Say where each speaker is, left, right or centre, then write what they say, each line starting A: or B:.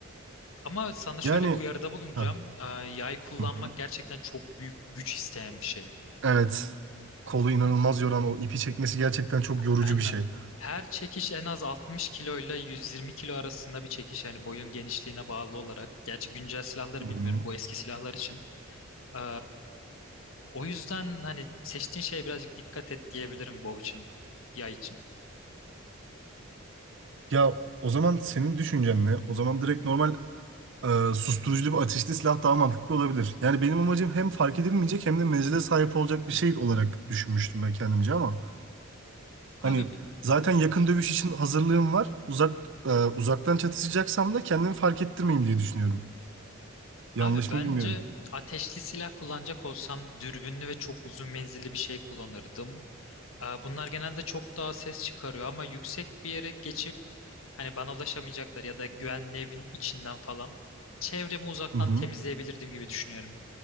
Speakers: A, on the left (about 75°); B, on the right (about 60°).
A: Ama sana şöyle
B: Yani
A: bir uyarıda bulunacağım.
B: Hah,
A: E, yay kullanmak
B: hı hı.
A: gerçekten çok büyük güç isteyen bir şey.
B: evet kolu inanılmaz yoran o ipi çekmesi gerçekten çok yorucu
A: Aynen.
B: bir şey.
A: Her çekiş en az 60 kilo ile 120 kilo arasında bir çekiş. Yani boyun genişliğine bağlı olarak. Gerçi güncel silahları
B: Hı
A: bilmiyorum.
B: hı.
A: Bu eski silahlar için. E, o yüzden hani seçtiğin şeye birazcık dikkat et diyebilirim bow için. Yay için.
B: Ya o zaman senin düşüncen ne? O zaman direkt normal e, susturuculu bir ateşli silah daha mantıklı olabilir. Yani benim amacım hem fark edilmeyecek hem de menzile sahip olacak bir şey olarak düşünmüştüm ben kendimce ama hani
A: Abi bu...
B: zaten yakın dövüş için hazırlığım var. Uzak e, uzaktan çatışacaksam da kendimi fark ettirmeyeyim diye düşünüyorum. Yanlış
A: Abi bence
B: mı bilmiyorum.
A: ateşli silah kullanacak olsam dürbünlü ve çok uzun menzilli bir şey kullanırdım. Aa, Bunlar genelde çok daha ses çıkarıyor ama yüksek bir yere geçip hani bana ulaşamayacaklar ya da güvenli evin içinden falan çevremi uzaktan
B: Hı hı.
A: temizleyebilirdim gibi düşünüyorum.